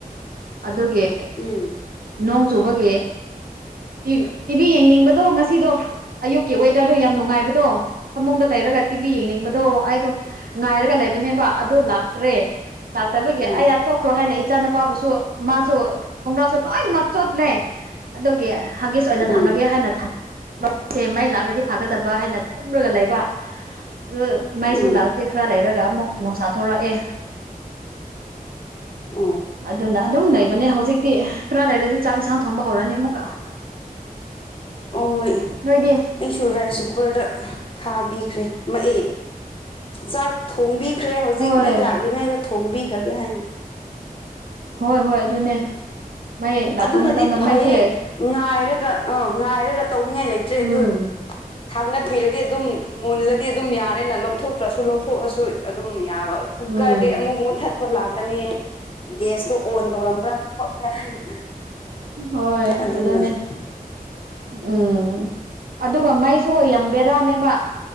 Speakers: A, on the right (about 70°); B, on the left (about 35°).
A: ꯑꯗꯨꯒꯤ
B: ꯎꯝ
A: ꯅꯣꯡ ꯆꯨꯕꯒꯤ ꯇꯤꯚꯤ ꯇꯤꯚꯤ ꯌꯦꯡꯅꯤꯡꯕꯗꯣ ꯉꯁꯤꯗꯣ ꯑꯌꯨꯛꯀꯤ ꯋꯦꯗꯔꯗꯣ ꯌꯥꯝ ꯅꯨꯡꯉꯥꯏꯕ ꯗꯣ ꯐꯃꯨꯡꯗ ꯂꯩꯔꯒ ꯇꯤꯚꯤ ꯌꯦꯡꯅꯤꯡꯕꯗꯣ ꯑꯩꯗꯣ ꯉꯥꯏꯔꯒ ꯂꯩꯕꯅꯦꯕ ꯗꯨ ꯂꯥꯛꯇ꯭ꯔꯦ ꯂꯥꯛꯇꯕꯒꯤ
B: ꯎꯝ
A: ꯑꯩꯌꯥ ꯇꯣꯛꯈ꯭ꯔꯣ ꯍꯥꯏꯅ ꯏꯆꯥ ꯅꯨꯨꯄꯥꯕꯨꯁꯨ ꯃꯥꯁꯨ ꯈꯣꯡꯒ꯭ꯔꯥꯎꯁꯨ ꯂꯣꯏꯅꯃꯛ ꯆꯣꯠꯂꯦ ꯑꯗꯨꯒꯤ ꯍꯥꯒꯤꯁ ꯑꯣꯏꯅ
B: ꯎꯝ
A: ꯊꯝꯂꯒꯦ
B: ꯎꯝ
A: ꯍꯥꯏꯅ ꯊꯝ ꯃꯩ ꯂꯥꯛꯂꯗꯤ ꯐꯥꯒꯗꯕ ꯍꯥꯏꯅ ꯇꯨꯝꯔꯒ ꯂꯩꯕ ꯑꯗꯨ ꯃꯩꯁꯨ
B: ꯎꯝ
A: ꯂꯥꯛꯇꯦ ꯈꯔ ꯂꯩꯔꯒ ꯑꯃꯨꯛ ꯅꯨꯡꯁꯥ ꯊꯣꯔꯛꯑꯦ
B: ꯎꯝ
A: ꯑꯗꯨꯅ ꯑꯗꯨꯝ ꯂꯩꯕꯅꯦ ꯍꯧꯖꯤꯛꯇꯤ ꯈꯔ ꯂꯩꯔꯗꯤ ꯆꯥꯛ ꯏꯟꯁꯥꯡ ꯊꯣꯡꯕ ꯍꯧꯔꯅꯤ ꯑꯃꯨꯛꯀ
B: ꯑꯍꯣꯏ
A: ꯅꯣꯏꯗꯤ
B: ꯑꯩꯁꯨ ꯔꯥꯏꯁ ꯀꯨꯀꯔꯗ ꯊꯥꯕꯤꯈ꯭ꯔꯦ ꯃꯑꯦ ꯆꯥꯛ ꯊꯣꯡꯕꯤ ꯈ꯭ꯔꯦ ꯍꯧꯖꯤꯛ
A: ꯍꯣꯏ
B: ꯃꯩ ꯂꯥꯛꯂꯤꯉꯩꯗ ꯊꯣꯡꯕꯤꯈ꯭ꯔꯒꯦ ꯍꯥꯏꯅ
A: ꯍꯣꯏ ꯍꯣꯏ ꯑꯗꯨꯅꯦ ꯃꯩ ꯂꯥꯛꯄ
B: ꯑꯗꯨꯅꯗꯤ
A: ꯃꯇꯝꯗ
B: ꯐꯩꯌꯦ
A: ꯃꯩꯁꯦ
B: ꯉꯥꯏꯔꯒ ꯑ ꯉꯥꯏꯔꯒ ꯇꯧꯅꯤꯡꯉꯥꯏ ꯂꯩꯇ꯭ꯔꯦ
A: ꯎꯝ
B: ꯑꯗꯨ ꯊꯥꯡꯒꯠꯄꯤꯔꯗꯤ ꯑꯗꯨꯝ ꯃꯨꯜꯂꯗꯤ ꯑꯗꯨꯝ ꯌꯥꯔꯦꯅ ꯂꯧꯊꯣꯛꯇ꯭ꯔꯁꯨ ꯂꯧꯊꯣꯛꯑꯁꯨ ꯑꯗꯨꯝ ꯌꯥꯕ ꯀꯨꯀꯔꯗꯤ
A: ꯎꯝ
B: ꯑꯃꯨꯛ ꯃꯨꯠꯊꯠꯄ ꯂꯥꯛꯀꯅꯤ ꯒ꯭ꯁꯇꯣ ꯑꯣꯟ ꯇꯧꯔꯝꯕ꯭ꯔꯥ ꯈꯣꯠꯄ꯭ꯔꯥ ꯍꯥꯏꯅ
A: ꯍꯣꯏ
B: ꯑꯗꯨꯅꯁꯨ
A: ꯑꯗꯨꯅꯦ ꯎꯝ ꯑꯗꯨꯒ ꯃꯩꯁꯨ ꯌꯥꯝ ꯕꯦꯔꯥꯅꯦꯕ